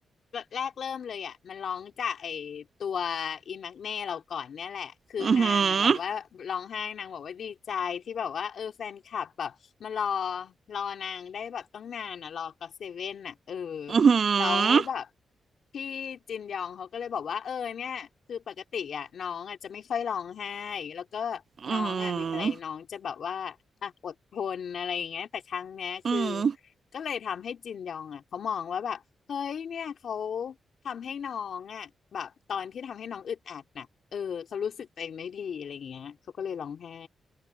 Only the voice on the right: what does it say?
อือหือ
อือหื
อ
อือหือ
อืม